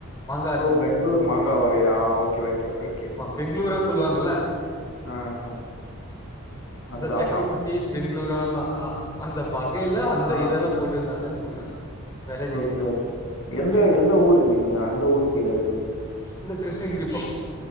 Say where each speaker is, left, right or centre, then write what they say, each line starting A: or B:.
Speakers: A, on the left; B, on the left.
A: மாங்காத்
B: ஓ பெங்ளூர் மாங்கா வகையா ஓகே ஓகே ஓகே
A: பெங்ளூரான் சொல்லுவாங்கல்ல
B: ஆ ஆ அதா
A: இந்த சக்கர
B: அதா
A: குட் டீம் பெங்ளூராலா அந்த வகையில அந்த
B: ஆ
A: இதெல்லா போட்டுந்தாங்கன் சொல்ற வெரைட்டிஸ்ல
B: ஓகே ஓகே எந்த எந்த ஊரு ஜி நீங்க அந்த ஊர் சைடாது
A: இந்த கிருஷ்ணகிரி பக்கோ